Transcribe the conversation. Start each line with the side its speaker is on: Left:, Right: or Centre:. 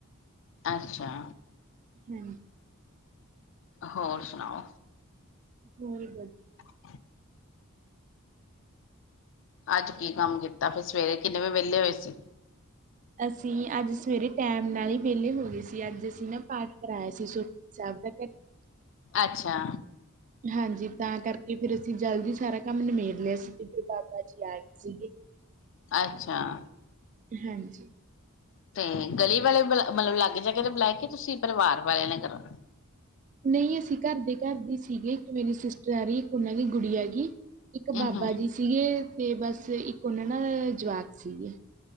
Left: ਅੱਛਾ
Right: ਹੂੰ
Left: ਹੋਰ ਸੁਣਾਓ
Right: <unintelligible>
Left: <inaudible> ਅੱਜ ਕੀ ਕੰਮ ਕੀਤਾ, ਫਿਰ ਸਵੇਰੇ ਕਿੰਨੇ ਵਜੇ ਵਿਹਲੇ ਹੋਏ ਸੀ।
Right: ਅਸੀਂ ਅੱਜ ਸਵੇਰੇ ਟੈਮ ਨਾਲ ਹੀ ਵਿਹਲੇ ਹੋ ਗਏ ਸੀ। ਅੱਜ ਅਸੀਂ ਨਾ ਪਾਠ ਕਰਵਾਇਆ ਸੀ ਸੁਖਮਨੀ ਸਾਹਿਬ <inaudible>
Left: ਅੱਛਾ।
Right: ਹਾਂਜੀ, ਤਾਂ ਕਰਕੇ ਫੇਰ ਅਸੀਂ ਜਲਦੀ ਸਾਰਾ ਕੰਮ ਨਿਮੇੜ ਲਿਆ ਸੀ, ਤੇ ਫੇਰ ਬਾਬਾ ਜੀ ਆਏ ਸੀ ਗੇ,
Left: ਅੱਛਾ
Right: ਹਾਂਜੀ।
Left: ਤੇ ਗਲੀ ਵਾਲੇ ਬ ਮਤਲਬ ਲਾਗੇ- ਛਾਗੇ ਵਾਲੇ ਬੁਲਾਏ ਕੇ ਤੁਸੀਂ ਪਰਿਵਾਰ ਵਾਲਿਆਂ ਨੇ ਕਰਾਣਾ
Right: ਨਹੀਂ ਅਸੀਂ ਘਰਦੇ-ਘਰਦੇ ਸੀਗੇ ਇੱਕ ਮੇਰੀ ਸਿਸਟਰ ਆ ਰਹੀ, ਇੱਕ ਉਹਨਾਂ ਦੀ ਗੁੜੀ ਆਗੀ ਇੱਕ ਬਾਬਾ
Left: ਹਮ
Right: ਜੀ ਸੀਗੇ, ਤੇ ਬਸ ਇੱਕ ਉਹਨਾਂ ਨਾਲ ਜਵਾਕ ਸੀਗੇ।